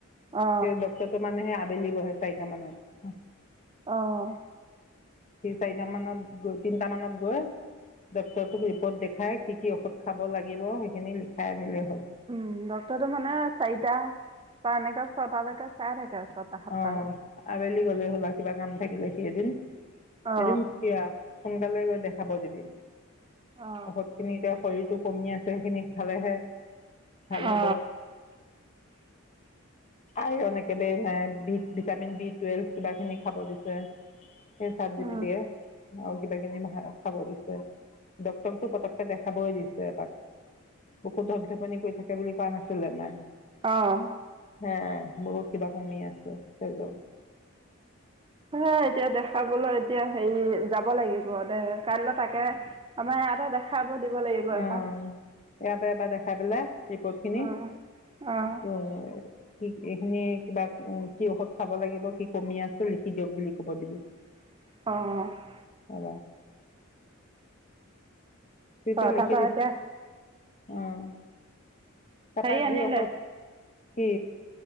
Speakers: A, on the right (about 25°); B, on the left (about 35°).
A: অ
B: সেই ডক্টৰটো মানে সেই আবেলি বহে চাৰিটা মানত।
A: অঁ।
B: সি চাৰিটা মানত গৈ তিনটা মানত গৈ ডক্টৰটোক ৰিপৰ্ট দেখাই কি কি ঔষধ খাব লাগিব, সেইখিনি লিখাই আনিলে হ'ল।
A: উম, ডক্টৰটো মানে চাৰিটা বা এনেকুৱা ছটালৈকে চাই থাকে ছটা সাতটা
B: অঁ
A: লৈকে।
B: আবেলি গলে হ'ল আও কিবা কাম থাকিলে সি এদিন,
A: অ
B: এদিন কিয় সোনকালে গৈ দেখাব দিবি,
A: অ
B: ঔষধ খিনি এতিয়া শৰীৰটো কমি আছে, সেই সিনি খালেহে ভাল হ'ব।
A: অ
B: আইৰন একেবাৰে নাই বি ভিটামিন বি টুৱেলভ কিবা খিনি খাব দিছে। সেই চাপজিপিটিয়ে।
A: উম
B: আৰু কিবা কিনি ভ খাব দিছে, ডক্তটৰকটো পতকে দেখাব‌ই দিছে এপাক। বকো ধপ ধপনি কৰি থাকে বুলি কোৱা নাছিল যে মায়ে।
A: অহ।
B: হেয়াই বহুত কিবা কমি আছে তেজত।
A: হে এতিয়া দেখাবলৈ এতিয়া হেৰি যাব লাগিব দে কাইলৈ তাকে আমাৰ ইয়াতে দেখাব দিব লাগিব
B: অ
A: এপাক।
B: ইয়াতে এপাক দেখাই পেলাই ৰিপৰ্ট খিনি
A: অঁ অঁ
B: উ কি এইখিনি কিবা কি ঔষধ খাব লাগিব কি কমি আছে, লিখি দিয়ক বুলি কব দিবি।
A: অঁ।
B: হ'ব। যিটোৱে
A: অঁ
B: লিখি
A: তাৰপৰা
B: দি
A: এতিয়া
B: অঁ তাপা
A: হেৰি আনিলে
B: যি ঔষধ কি?